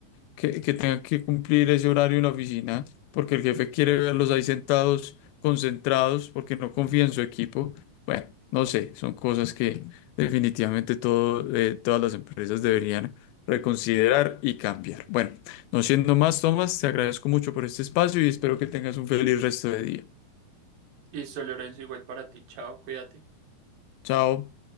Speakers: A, on the left (about 85°); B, on the right (about 70°).
A: que, que tenga que cumplir ese horario en la oficina, porque el jefe quiere verlos ahí sentados, concentrados, porque no confía en su equipo. Bueno, no sé, son cosas que definitivamente todo, eh, todas las empresas deberían reconsiderar y cambiar. Bueno, no siendo más, Tomás, te agradezco mucho por este espacio y espero que tengas un feliz resto de día.
B: Listo, Lorenzo, igual para ti, chao, cuídate.
A: Chao.